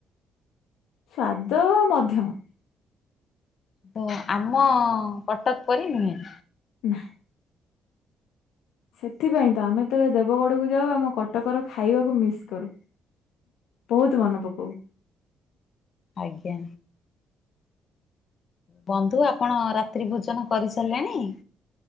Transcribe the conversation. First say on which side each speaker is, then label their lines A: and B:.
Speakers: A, on the left; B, on the left.
A: ସ୍ଵାଦ ମଧ୍ୟମ।
B: ତ ଆମ କଟକ ପରି ନୁହେଁ।
A: ନା ସେଥିପାଇଁ ତ ଆମେ ତ ଦେବଗଡ଼କୁ ଯାଉ ଆମ କଟକର ଖାଇବାକୁ ମିସ୍ କରୁ। ବହୁତ ମନେ ପକଉ।
B: ଆଜ୍ଞା। ବନ୍ଧୁ ଆପଣ ରାତ୍ରି ଭୋଜନ କରି ସାରିଲେଣି?